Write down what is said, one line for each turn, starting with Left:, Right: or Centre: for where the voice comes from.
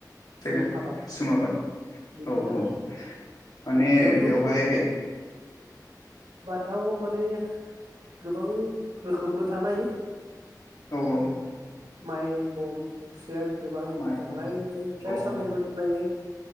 Left: <unintelligible>
Right: जुम आबाद
Left: सुम आबाद
Right: बिदिनो
Left: औ
Right: आरो
Left: औ माने
Right: बेयावथ'
Left: बेवहाय
Right: गोबां दाउ माने गोबां रोखोमबो थानो हायो।
Left: औ औ
Right: माइ, गम सेर गोबां
Left: माइगं
Right: जानाय लोंनाय फिथाइ
Left: औ
Right: सामथायाइबो थानो हायो।